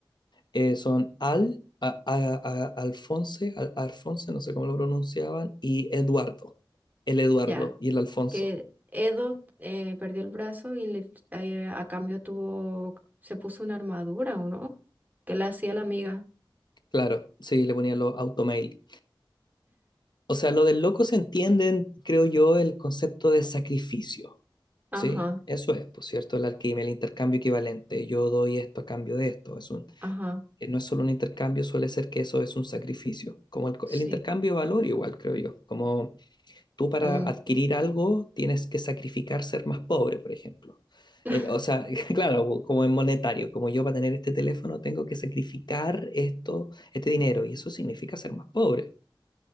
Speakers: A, on the left; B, on the right.
A: Eh, son Al, a- a- a- Alfonse, Al- Alfonse, no sé cómo lo pronunciaban, y Eduardo. El Eduardo
B: Ya,
A: y el Alfonso.
B: que Edo eh, perdió el brazo y le- eh, a cambio tuvo, se puso una armadura, ¿o no? Que le hacía la amiga.
A: Claro, sí, le ponían los automail. O sea, lo del loco se entiende, en, creo yo, el concepto de sacrificio.
B: Ajá,
A: ¿Sí? Eso es, por cierto, la alquimia, el intercambio equivalente. Yo doy esto a cambio de esto. Es un,
B: ajá,
A: eh, no es solo un intercambio, suele ser que eso es un sacrificio. Como el, co-
B: sí.
A: el intercambio de valor, igual, creo yo. Como tú para
B: Mm,
A: adquirir algo tienes que sacrificar ser más pobre, por ejemplo.
B: <laughs>
A: Eh, o sea, <laughs> claro, como en monetario, como yo para tener este teléfono tengo que sacrificar esto, este dinero, y eso significa ser más pobre.